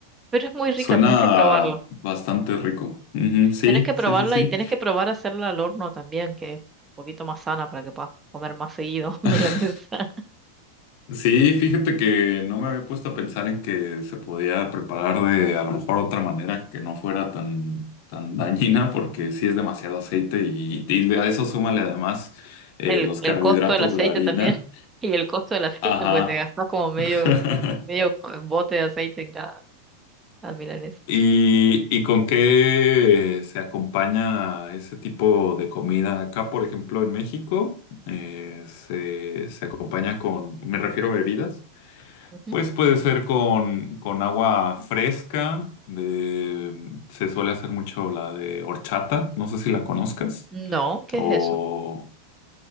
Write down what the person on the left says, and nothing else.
Suena
bastante rico. Ujú, Sí,
sí, sí, sí.
<laughs> Sí, fíjate que no me había puesto a pensar en que se podía preparar de a lo mejor otra manera que no fuera tan, tan dañina, porque sí es demasiado aceite y, y a eso súmale además eh,
los
carbohidratos
de la harina.
Ajá.
<laughs>
¿Y, y con qué se acompaña ese tipo de comida? Acá, por ejemplo, en México, eh, se, se acompaña con, me refiero a bebidas,
pues puede ser con, con agua fresca, de, se suele hacer mucho la de horchata, no sé si la conozcas,
o